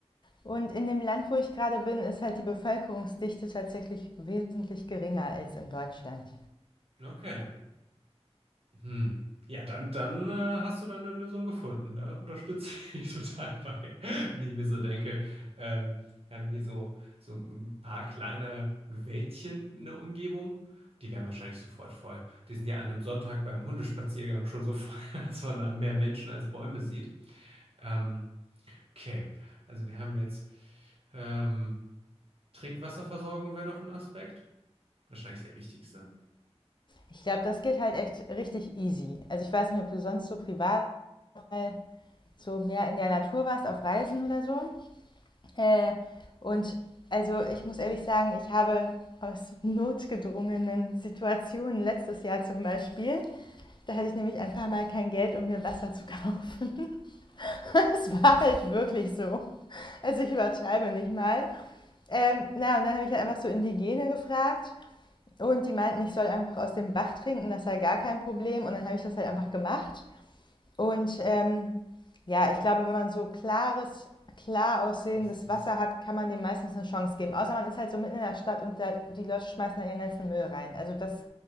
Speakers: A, on the left; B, on the right.
A: Und in dem Land, wo ich gerade bin, ist halt die Bevölkerungsdichte tatsächlich wesentlich geringer als in Deutschland.
B: Okay. Hm. Ja, dann, dann äh, hast du da eine Lösung gefunden. Da unterstütze <laughs> ich dich total bei, wenn ich mir so denke. Ähm, wir haben hier so, so ein paar kleine Wäldchen in der Umgebung. Die wären wahrscheinlich sofort voll. Die sind ja an einem Sonntag beim Hundespaziergang schon so voll, <laughs> dass man da mehr Menschen als Bäume sieht. Ähm, okay, also wir haben jetzt ähm, Trinkwasserversorgung wäre noch ein Aspekt. Wahrscheinlich der wichtigste.
A: Ich glaube, das geht halt echt richtig easy. Also ich weiß nicht, ob du sonst so privat mal so mehr in der Natur warst, auf Reisen oder so. Äh, und also ich muss ehrlich sagen, ich habe aus notgedrungenen Situationen letztes Jahr zum Beispiel, da hatte ich nämlich ein paar Mal kein Geld, um mir Wasser zu <laughs> kaufen. Es war halt wirklich so. Also ich übertreibe nicht mal. Ähm, na, und dann habe ich halt einfach so Indigene gefragt und die meinten, ich soll einfach aus dem Bach trinken, das sei gar kein Problem. Und dann habe ich das halt einfach gemacht. Und ähm, ja, ich glaube, wenn man so klares, klar aussehendes
B: Fließendes
A: Wasser hat, kann man dem meistens eine Chance geben. Außer man ist halt so mitten in der Stadt und da, die Leute schmeißen da ihren ganzen Müll rein. Also das